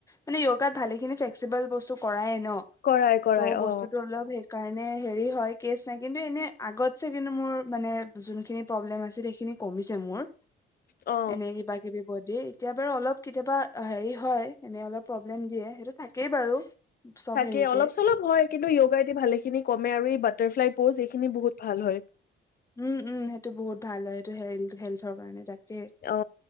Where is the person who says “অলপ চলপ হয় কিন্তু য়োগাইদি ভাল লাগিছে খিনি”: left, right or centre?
Left